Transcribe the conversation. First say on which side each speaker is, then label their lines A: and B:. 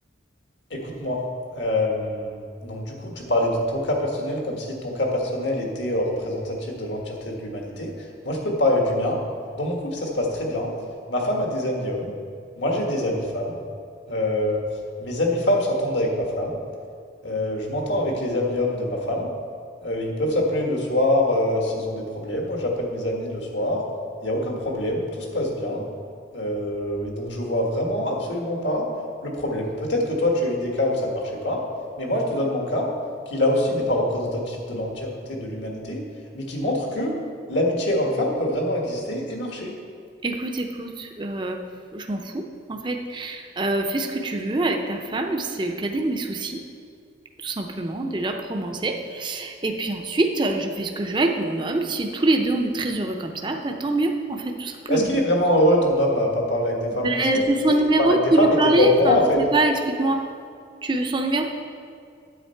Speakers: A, on the left; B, on the right.
A: Écoute-moi. Euh, donc du coup, tu parlais de ton cas personnel comme si ton cas personnel était euh, représentatif de l'entièreté de l'humanité. Moi, je peux te parler du mien. Dans mon couple, ça se passe très bien. Ma femme a des amis hommes. Moi, j'ai des amis femmes. Euh, mes amis femmes s'entendent avec ma femme. Euh, je m'entends avec les amis hommes de ma femme. Euh, ils peuvent s'appeler le soir euh, s'ils ont des problèmes. Moi, j'appelle mes amis le soir. Il n'y a aucun problème. Tout se passe bien. Euh, et donc, je vois vraiment absolument pas le problème. Peut-être que toi, tu as eu des cas où ça ne marchait pas. Mais moi, je te donne mon cas, qui là aussi n'est pas représentatif de l'entièreté de l'humanité, mais qui montre que l'amitié homme-femme peut vraiment exister et marcher.
B: Écoute, écoute, euh, je m'en fous, en fait. Euh, fais ce que tu veux avec ta femme, c'est le cadet de mes soucis, tout simplement, déjà, pour commencer. Et puis ensuite, heu, je fais ce que je veux avec mon homme. Si tous les 2 on est très heureux comme ça, bah, tant mieux, en fait, tout simplement.
A: Bah, Est-ce qu'il est vraiment heureux, ton homme, à pas parler avec des femmes?
B: Beh,
A: Est-ce qu'il
B: tu
A: peut-être
B: veux son numéro?
A: qu'il parle
B: Tu
A: avec des
B: veux
A: femmes
B: lui parler?
A: et t'es pas au courant,
B: Enfin,
A: en fait?
B: je sais pas, explique-moi. Tu veux son numéro?